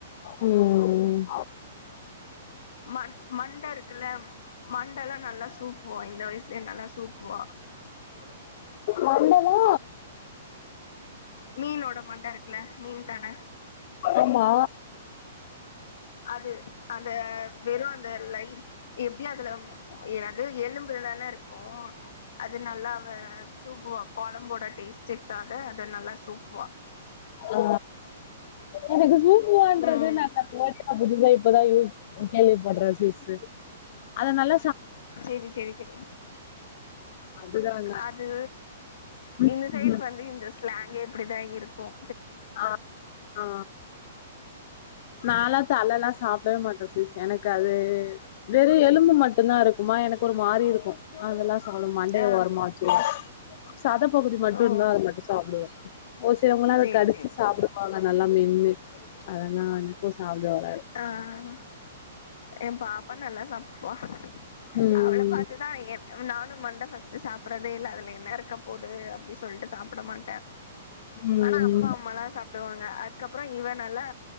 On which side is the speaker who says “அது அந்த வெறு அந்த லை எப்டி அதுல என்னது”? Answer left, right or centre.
Left